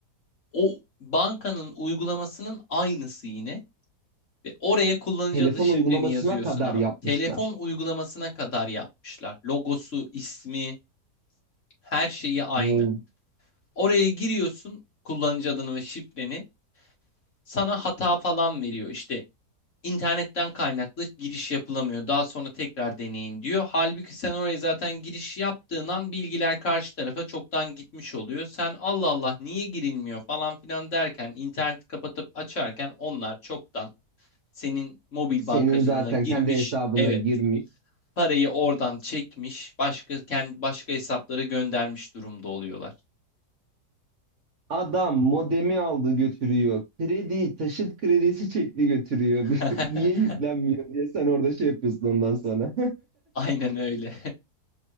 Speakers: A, on the left; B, on the right.
A: O bankanın uygulamasının aynısı yine. Ve oraya kullanıcı
B: Telefon
A: adı şifreni
B: uygulamasına
A: yazıyorsun
B: kadar
A: abi.
B: yapmışlar.
A: Telefon uygulamasına kadar yapmışlar. Logosu, ismi, her şeyi aynı.
B: Wow.
A: Oraya giriyorsun kullanıcı adını ve şifreni. Sana hata falan veriyor. İşte İnternetten kaynaklı giriş yapılamıyor. Daha sonra tekrar deneyin diyor. Halbuki sen oraya zaten giriş yaptığın an bilgiler karşı tarafa çoktan gitmiş oluyor. Sen Allah Allah niye girilmiyor falan filan derken interneti kapatıp açarken onlar çoktan senin mobil
B: Senin
A: bankacılığına
B: zaten
A: girmiş.
B: kendi hesabına
A: Evet.
B: girmiş.
A: Parayı oradan çekmiş, başka kendi başka hesaplara göndermiş durumda oluyorlar.
B: Adam modemi aldı götürüyor. Kredi, taşıt kredisi çekti götürüyor.
A: <laughs>
B: <laughs> Niye yüklenmiyor diye sen orada şey yapıyorsun ondan sonra.
A: Aynen öyle.